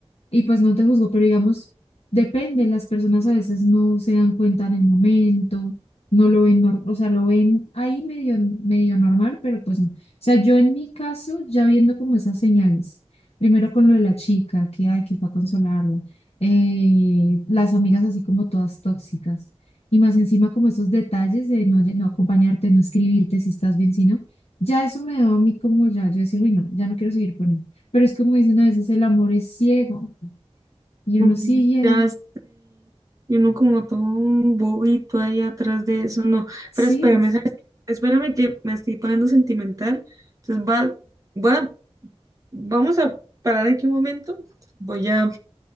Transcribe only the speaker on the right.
mm,
ya sé. Y uno como todo un bobito ahí atrás de eso, no.
Pero espérame, ¿sabes qué? Espérame que me estoy poniendo sentimental. Entonces va, va, vamos a parar aquí un momento. Voy a,